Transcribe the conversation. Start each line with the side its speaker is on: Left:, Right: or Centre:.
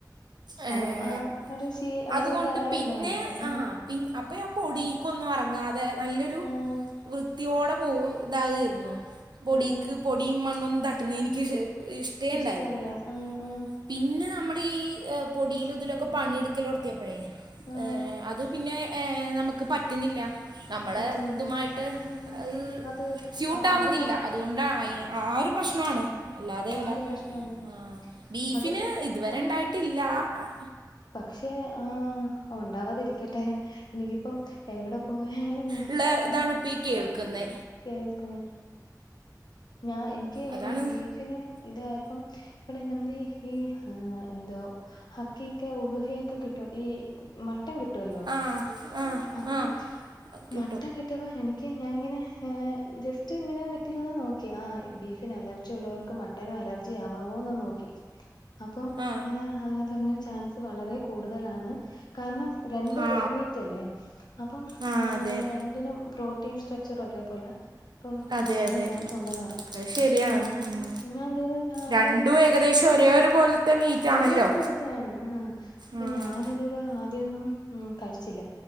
Right: ഏഹ്
Left: അത് പ്പൊ ആഹ് ഒരു ശീല ഒര്
Right: അതുകൊണ്ട്
Left: ഇതായോണ്ടാ
Right: പിന്നെ
Left: മനസ്സിൽ ആഹ്
Right: പി അപ്പൊ ഞാൻ പൊടീക്കൊന്നും അറ്ങ്ങാതെ നല്ലൊരു
Left: ആഹ്
Right: വൃത്തിയോടെ പോവു ഇതാ <unintelligible> പൊടീക്ക്
Left: ആഹ്
Right: പൊടിയും മണ്ണൊന്നും തട്ട്ണത് എനിക്ക് ഇ ഇഷ്ടേണ്ടായിരുന്നില്ല.
Left: ഇഷ്ടല്ല ആഹ് ആഹ്
Right: പിന്നെ നമ്മള് ഈ പൊടിയിലു ഇതിലൊക്കെ പണിയെടുക്കല് തൊട്ത്തിയപ്പളെയ്
Left: ആഹ്
Right: ഏഹ് അത് പിന്നെ ഏഹ് നമുക്ക് പറ്റുന്നില്ല നമ്മളെ
Left: പറ്റുന്നില്ല
Right: ഇതുമായിട്ട്
Left: ഉം
Right: അഹ്
Left: അത്
Right: കൂട്ടാവുന്നില്ല
Left: അതിനുള്ള
Right: അതുകൊണ്ടാ ആഹ് ഒരു പ്രശ്നാണ് അല്ലാതെല്ല
Left: ആ ഒരു പ്രശ്നാണ്
Right: ആഹ് ബീഫിന്
Left: അത്
Right: ഇതുവരെ
Left: ആഹ്
Right: ഇണ്ടായിട്ടില്ല ആഹ്
Left: പക്ഷെ ആഹ്‌ ഉണ്ടാവാതിരിക്കട്ടെ എനിക്കിപ്പം എവിടെ പോയാലും
Right: ഇള്ള ഇതാണ് ഇപ്പ കേൾക്കുന്നെ
Left: കേൾക്കുന്ന് ഞാ എനിക്ക് ഇങ്ങനെ
Right: അതാണ്
Left: ബീഫിന് ഇതായപ്പം <unintelligible> നമ്മള് ഈ ആഹ് എന്തോ ഹക്കീക്ക ഉളുഹിയൊക്കെ കിട്ടൊ ഈ മട്ടൻ കി ട്ടോല്ലോ
Right: ആ ആ
Left: അപ്പം
Right: ആ കിട്ടും
Left: മട്ടൻ കിട്ടുമ്പോ എനിക്ക് ഞാൻ ഇങ്ങനെ ഏഹ് ജസ്റ്റ് ഇങ്ങനെ നെറ്റിലൊന്ന് നോക്കി ആ ബീഫിന് അലർജി ഉള്ളവർക്ക് മട്ടനും അലർ യാവാവോന്ന് നോക്കി അപ്പം
Right: ആ
Left: ഇങ്ങനെ അതിനത്ത് പർഞ്ഞു ചാൻസ് വളരെ കൂടുതലാണ് കാരണം രണ്ട്
Right: ആ
Left: റെഡ്മീറ്റ് അല്ലേ അപ്പം
Right: ആ
Left: ഉം
Right: അതെ
Left: രണ്ടിനും പ്രൊ ട്ടീൻ സ്ട്രക്ചർ ഒരേ പോലെ ഇപ്പം
Right: അതെ
Left: ഉണ്ടാവാൻ
Right: അതെ
Left: ചാൻസ് ഉണ്ടന്ന് പറഞ്ഞു
Right: അത് ശരിയാണ്
Left: ഇപ്പ ഞാന്
Right: ഉം.
Left: ഞാൻ എന്ത ചെയ്തയ്ന്നാൽ ആദ്യൊന്ന്
Right: രണ്ടും ഏകദേശം
Left: ഉം
Right: ഒരേ ഒരു പോലത്തെ മീറ്റ്
Left: ഒരേ
Right: ആണല്ലോ
Left: ഒരു പോലത്തെയാണ് ആഹ് അപ്പൊ
Right: ഉം.
Left: ഞാന് <unintelligible> ആദ്യൊന്നും ഉം കഴിച്ചില്ല